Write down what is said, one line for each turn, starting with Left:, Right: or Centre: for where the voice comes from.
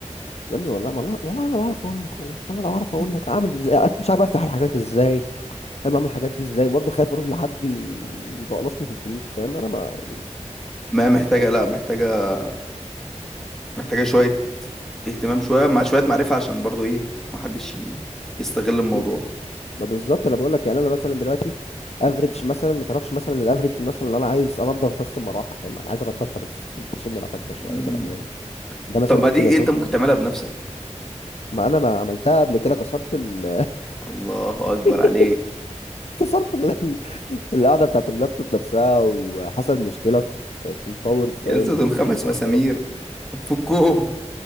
Left: يا ابني والله والله والله انا لو اعرف اقول لك والله انا لو اعرف اقول
Centre: ابني
Left: لك اعمل ازاي أنا مش عارف افتح الحاجات ازاي فاهم اعمل الحاجات دي ازاي برضه خايف اروح لحد يبقى قلصني في الفلوس فاهم انا ما يعني
Centre: ما هي محتاجة
Left: يعني
Centre: لا محتاجة محتاجة شوية اهتمام شوية مع شوية معرفة عشان برضو ايه محدش ي- يستغل الموضوع
Left: ي- ما بالظبط انا بقول لك يعني انا مثلا دلوقتي افريج مثلا ما تعرفش مثلا الافريج مثلا اللي انا عايز انضف بس المروحه فاهم انا عايز انضفها بس فاهم تشم نفسها شويه
Centre: مم.
Left: كده فاهم ده مثلا
Centre: طب ما
Left: ممكن
Centre: دي
Left: ياخد
Centre: دي انت ممكن
Left: لي
Centre: تعملها بنفسك
Left: ما انا ما عملتها قبل كده كسرت ال
Centre: الله اكبر
Left: <laughs>
Centre: عليك
Left: كسرت ال- ال- القعده بتاعت اللابتوب نفسها وحصل مشكله في في الباور فاهم
Centre: يا اسطى دول
Left: والباور
Centre: خمس مسامير
Left: ضرب
Centre: هتفكهم